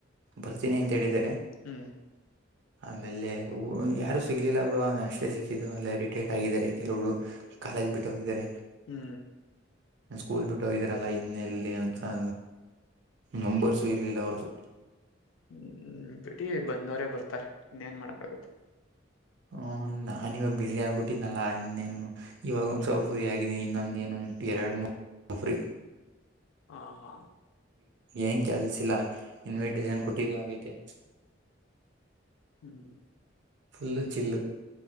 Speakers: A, on the right; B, on the left.
A: ಬರ್ತೀನಿ ಅಂತ ಹೇಳಿದಿದ್ದಾರೆ
B: ಹ್ಮ್
A: ಆಮೇಲೆ ಯಾರು ಸಿಗ್ಲಿಲ್ಲ ಬರು ಅಷ್ಟೇ ಸಿಕ್ಕಿದ್ದು ಅಲ್ಲ ರಿಟೈರ್ಡ್ ಆಗಿದ್ದಾರೆ ಕೆಲವರು ಕಾಲೇಜ್ ಬಿಟ್ಟೋಗಿದ್ದಾರೆ
B: ಹ್ಮ್
A: ಸ್ಕೂಲ್ ಬಿಟ್ಟು ಹೋಗಿದರಲ್ಲಾ ಇನ್ನೆಲ್ಲಿ ಅಂತಸ ನಂಬರ್ಸು ಇರ್ಲಿಲ್ಲ ಅವ್ರ್ದು
B: ಹ್ಮ್ ಬಿೇಟಿ ಬಂದವರೇ ಬರ್ತಾರೆ ಇನ್ನೇನ್ ಮಾಡಕ್ಾಗತ್ತೆ
A: ಹ್ಮ ನಾನನ್ ಇವಾಗ ಬಿಸಿ ಆಗ್ಬಿಟ್ಟಿದ್ದನಲ್ಲಾ ಇನ್ನೇನು ಇವಾಗ ಒಂದ್ ಸ್ವಲ್ ಫ್ರೀ ಆಗೀನಿ ಇನ್ನೊಂದು ಏನ ಎರಡು ಮೂರುಬ್ರಿ
B: ಹಾ
A: ಏಂಗ ಕೆಲ್ಸಿಲ್ಲ ಇನ್ವಿಟೇಶನ್ ಕೊಟ್ಟಿದ್ದು ಆಗೈತೆ
B: ಹ್ಮ್
A: ಫುಲ್ಲು ಚಿಲ್ಲು